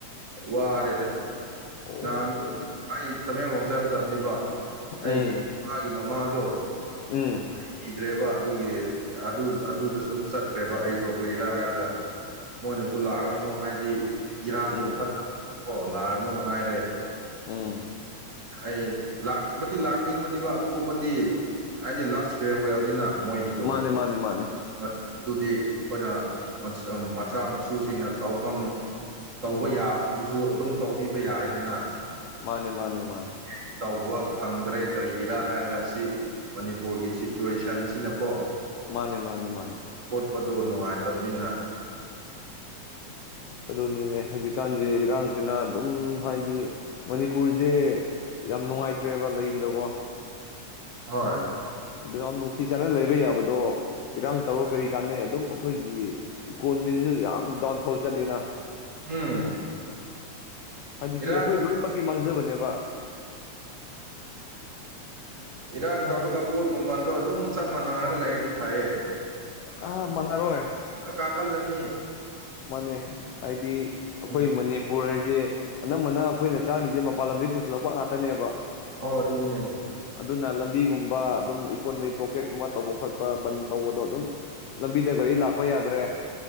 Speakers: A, on the right; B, on the left.
A: ꯋꯥꯔꯦꯗ
B: ꯑꯣ
A: ꯅꯍꯥꯟꯗꯣ
B: ꯑꯁ
A: ꯑꯩ ꯇꯃꯦꯡꯂꯣꯡ ꯆꯠꯒꯗꯕꯅꯤꯕ
B: ꯎꯝ
A: ꯑꯩꯒꯤ ꯏꯃꯥꯒꯤ ꯃꯃꯥꯗꯣ
B: ꯎꯝ
A: ꯂꯩꯈꯤꯗ꯭ꯔꯦꯕ ꯑꯗꯨꯒꯤ ꯑꯗꯨ ꯑꯗꯨꯗꯁꯨ ꯆꯠꯇ꯭ꯔꯦꯕ ꯑꯩꯗꯣ ꯀꯔꯤꯔꯥ ꯍꯥꯏꯔꯒ ꯃꯣꯏꯅꯁꯨ ꯂꯥꯛꯑꯔꯅꯨ ꯍꯥꯏꯗꯤ ꯏꯔꯥꯡꯗꯣ
B: ꯎꯝ
A: ꯐꯠꯇꯕꯅꯤꯅꯀꯣ ꯂꯥꯛꯑꯅꯨ ꯍꯥꯏꯔꯦ
B: ꯎꯝ
A: ꯑꯩ ꯂꯥꯛ ꯕꯗꯤ ꯂꯥꯛꯅꯤꯡꯕꯅꯤꯕ ꯑꯗꯨꯒꯨꯝꯕꯗꯤ ꯍꯥꯏꯗꯤ ꯂꯥꯁ ꯐꯤꯌꯥꯔꯋꯦꯜꯅꯤꯅ ꯃꯣꯏꯒꯤꯗꯣ
B: ꯃꯥꯅꯦ ꯃꯥꯅꯦ ꯃꯥꯅꯦ
A: <unintelligible> ꯑꯗꯨꯗꯤ ꯑꯩꯈꯣꯏꯅ ꯃꯆꯥ ꯃꯁꯨꯁꯤꯡꯅ ꯇꯧꯐꯝ ꯇꯧꯕ
B: ꯎꯝ
A: ꯌꯥꯕꯗꯨꯁꯨ ꯑꯗꯨꯝ ꯇꯧꯕꯤꯕ ꯌꯥꯏꯗꯅ
B: ꯃꯥꯅꯦ ꯃꯥꯅꯦ ꯃꯥꯅꯦ
A: ꯑꯩꯗꯤ ꯇꯧꯕ ꯐꯪꯗ꯭ꯔꯦ ꯀꯔꯤꯒꯤꯔꯥ ꯍꯥꯏꯔꯒ ꯑꯁꯤ ꯃꯅꯤꯄꯨꯔꯒꯤ ꯁꯤꯆꯨꯋꯦꯁꯟꯁꯤꯅꯀꯣ
B: ꯃꯥꯅꯦ ꯃꯥꯅꯦ ꯃꯥꯅꯦ
A: ꯈꯣꯠꯄꯗꯨ ꯅꯨꯡꯉꯥꯏꯇꯕꯅꯤꯅ
B: ꯑꯗꯨꯅꯤꯅꯦ ꯍꯧꯖꯤꯛꯀꯥꯟꯗꯤ ꯏꯔꯥꯡꯁꯤꯅ ꯑꯗꯨꯝ ꯍꯥꯏꯗꯤ ꯃꯅꯤꯄꯨꯔꯁꯦ ꯌꯥꯝ ꯅꯨꯡꯉꯥꯏꯇ꯭ꯔꯦꯕ ꯂꯩꯕꯗꯀꯣ
A: ꯍꯣꯏ
B: ꯌꯥꯝ ꯑꯗꯨ ꯌꯥꯝ ꯅꯨꯡꯁꯤ ꯆꯥꯟꯅꯅ ꯂꯩꯕ ꯌꯥꯕꯗꯣ ꯏꯔꯥꯡ ꯇꯧꯔ ꯀꯔꯤ ꯀꯥꯟꯅꯩ ꯑꯗꯨꯝ ꯑꯩꯈꯣꯏꯒꯤ ꯏꯀꯣꯅꯣꯃꯤꯗꯁꯨ ꯌꯥꯝ ꯗꯥꯎꯟꯐꯣꯜ ꯆꯠꯂꯤꯅ
A: ꯎꯝ
B: ꯍꯥꯏꯗꯤ ꯁꯤ
A: ꯏꯔꯥꯡ
B: ꯑꯩꯈꯣꯏ ꯂꯣꯏꯅꯃꯛꯀꯤ ꯃꯥꯡꯖꯕꯅꯦꯕ
A: ꯏꯔꯥꯡ
B: ꯍꯥꯏꯗꯤ
A: ꯇꯧꯔꯒ ꯄꯣꯠ ꯃꯃꯜꯗꯣ ꯑꯗꯨꯝ ꯆꯞ ꯃꯥꯟꯅꯔꯒ ꯂꯩꯔꯗꯤ ꯐꯩꯌꯦ
B: ꯀꯥ ꯃꯥꯟꯅꯔꯣꯏ
A: ꯄ ꯀꯥꯈꯜꯅꯤ
B: ꯃꯥꯅꯦ ꯍꯥꯏꯗꯤ ꯑꯩꯈꯣꯏ
A: ꯎꯝ
B: ꯃꯅꯤ ꯃꯄꯨꯔ ꯍꯥꯏꯁꯤ ꯑꯅꯝꯕꯅ ꯑꯩꯈꯣꯏꯅ ꯆꯥꯔꯤꯁꯦ ꯃꯄꯥꯟ ꯂꯝꯗꯒꯤ ꯄꯨꯁꯤꯜꯂꯛꯄ ꯉꯥꯛꯇꯅꯦꯕ
A: ꯑꯣ ꯑꯗꯨꯅꯦ
B: ꯑꯗꯨꯅ ꯂꯝꯕꯤꯒꯨꯝꯕ ꯑꯗꯨꯝ ꯏꯀꯣꯅꯣꯃꯤꯛ ꯕ꯭ꯂꯣꯀꯦꯠꯀꯨꯝꯕ ꯇꯧꯕ ꯈꯣꯠꯄ ꯕꯟ ꯇꯧꯕꯗꯣ ꯑꯗꯨꯝ ꯂꯝꯕꯤꯗ ꯒꯥꯔꯤ ꯂꯥꯛꯄ ꯌꯥꯗ꯭ꯔꯦ